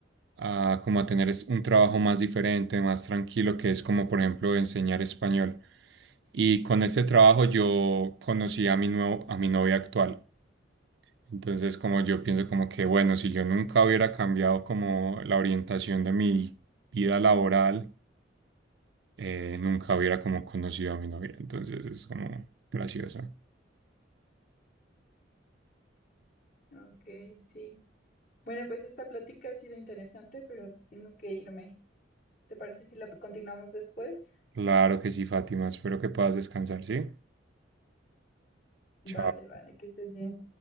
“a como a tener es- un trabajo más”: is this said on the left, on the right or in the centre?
Right